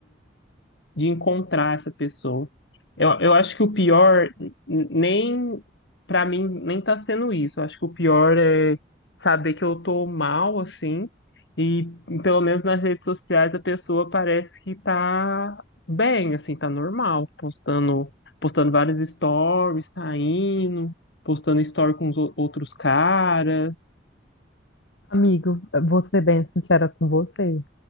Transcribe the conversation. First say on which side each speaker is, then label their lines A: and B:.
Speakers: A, on the left; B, on the left.
A: de encontrar essa pessoa. Eu, eu acho que o pior, n- nem pra mim, nem tá sendo isso. Eu acho que o pior é saber que eu tô mal, assim, e pelo menos nas redes sociais a pessoa parece que tá bem, assim, tá normal, postando, postando vários stories, saindo, postando story com os ou- outros caras.
B: Amigo, vou ser bem sincera com você.